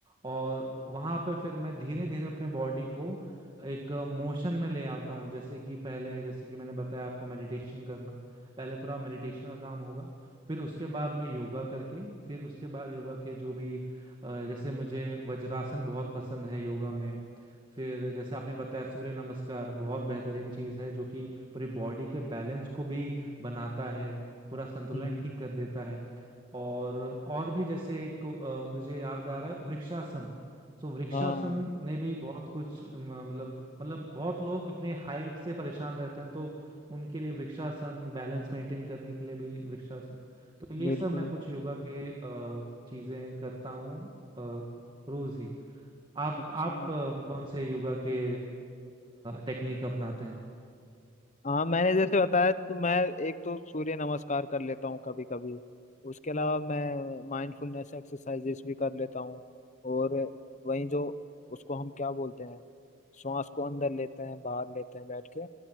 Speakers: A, on the right; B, on the left.
A: और वहां पे फिर मैं धीरे धीरे अपने बॉडी को एक मोशन में ले आता हूँ जैसे कि पहले जैसे कि मैंने बताया आपको मेडिटेशन करना पहले पूरा मेडिटेशन का काम होगा फिर उसके बाद मैं योगा करके फिर उसके बाद योगा के जो भी अ, जैसे मुझे वज्रासन बहुत पसंद है योगा में फिर जैसे आपने बताया सूर्य नमस्कार बहुत बेहतरीन चीज है जो कि पूरी बॉडी के बैलेंस को भी बनाता है पूरा संतुलन
B: हम्म,
A: ठीक कर देता है और और भी जैसे एक अ, मुझे याद आ रहा है वृक्षासन सो वृक्षासन
B: हाँ
A: ने भी बहुत कुछ अ, मतलब मतलब बहुत लोग अपने हाइट से परेशान रहते हैं तो उनके लिए वृक्षासन बैलेंस मेंटेन करने के लिए भी वृक्षासन तो ये
B: बिल्कुल
A: सब मैं
B: बिल्कुल
A: कुछ योगा के अ, चीजें करता हूँ अ, रोज ही आप
B: अच्छा
A: आप अ, कौन से योगा के टेक्निक अपनाते हैं
B: हाँ मैंने जैसे बताया तो मैं एक तो सूर्य नमस्कार कर लेता हूँ कभी कभी उसके अलावा मैं माइंडफुलनेस एक्सरसाइजेस भी कर लेता हूँ और वहीं जो उसको हम क्या बोलते हैं श्वास को अंदर लेते हैं बाहर लेते हैं बैठ के